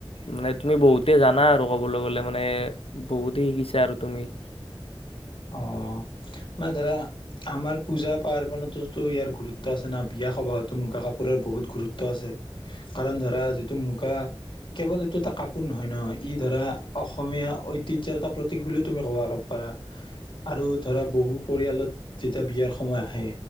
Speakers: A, on the left (about 85°); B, on the left (about 60°).
A: মানে তুমি বহুতে জানা আৰু ক'বলৈ গ'লে মানে বহুতে শিকিছা আৰু তুমি৷
B: অ মানে ধৰা আমাৰ পূজা পাৰ্বণতোতো ইয়াৰ গুৰুত্ব আছে না বিয়া সবাহতো মুগা কাপোৰৰ বহুত গুৰুত্ব আছে কাৰণ ধৰা যিটো মুগা কেৱল এইটো এটা কাপোৰ নহয় ন ই ধৰা অসমীয়া ঐতিহ্যৰ এটা প্ৰতীক বুলিও তুমি ক'ব পাৰা৷ আৰু ধৰা বহু পৰিয়ালত যেতিয়া বিয়াৰ সময় আহে